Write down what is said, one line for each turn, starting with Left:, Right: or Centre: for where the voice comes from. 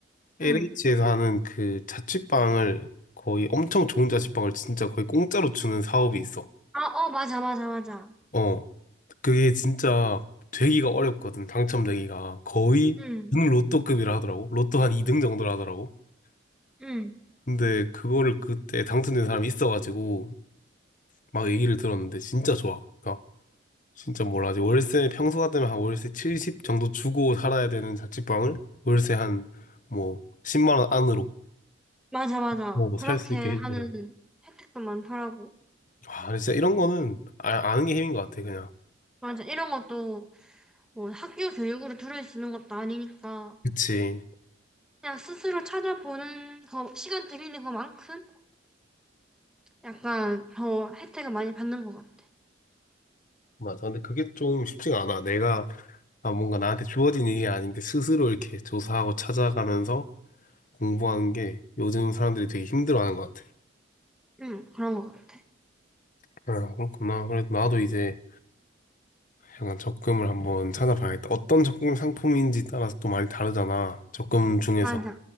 Left: LH에서
Centre: 응.
Left: 하는 그 자취방을 거의 엄청 좋은 자취방을 진짜 거의 공짜로 주는 사업이 있어.
Centre: 아, 어, 맞아, 맞아, 맞아.
Left: 어 그게 진짜 되기가 어렵거든 당첨되기가 거의
Centre: 응,
Left: 은 로또급이라 하더라고 로또 한 2등 정도라 하더라고.
Centre: 응,
Left: 근데 그거를 그때 당첨된 사람이 있어가지고 막 얘기를 들었는데 진짜 좋아. 그러니까 진짜 몰라. 지 월세 평소 같으면 한 월세 70 정도 주고 살아야 되는 자취방을 월세 한 뭐 10만 원 안으로
Centre: 맞아, 맞아.
Left: 뭐
Centre: 그렇게
Left: 살 수 있게 해주더라고.
Centre: 하는 혜택도 많더라고.
Left: 와, 근데 진짜 이런 거는 아, 아는 게 힘인 것 같아, 그냥.
Centre: 맞아. 이런 것도 뭐 학교 교육으로 들을 수 있는 것도 아니니까
Left: 그치.
Centre: 그냥 스스로 찾아보는 거, 시간 들이는 것만큼 약간 더 혜택을 많이 받는 것 같아.
Left: 맞아. 근데 그게 좀 쉽지가 않아. 내가 아, 뭔가 나한테 주어진 일이 아닌데 스스로 이렇게 조사하고 찾아가면서 공부하는 게 요즘 사람들이 되게 힘들어하는 것 같아.
Centre: 응, 그런 것 같아.
Left: 아, 그렇구나. 그래도 나도 이제 약간 적금을 한번 찾아봐야겠다. 어떤 적금 상품인지 따라서 또 많이 다르잖아. 적금 중에서
Centre: 맞아.